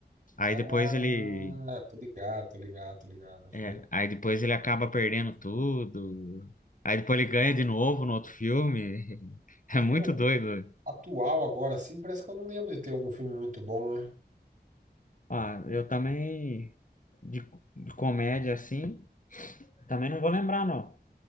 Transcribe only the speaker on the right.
Ah,
tô ligado, tô ligado, tô ligado. Acho
que já...
Mano,
atual agora, assim, parece que eu não lembro de ter algum filme muito bom, né?